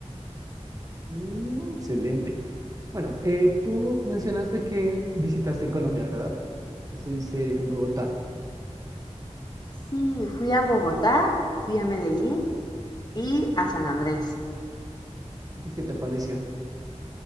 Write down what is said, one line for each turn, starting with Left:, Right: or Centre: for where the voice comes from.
Right: Mm, Excelente. Bueno, eh, tú mencionaste que visitaste Colombia, ¿verdad? Estuviste en Bogotá.
Left: Sí, fui a Bogotá, fui a Medellín y a San Andrés.
Right: ¿Y qué te pareció?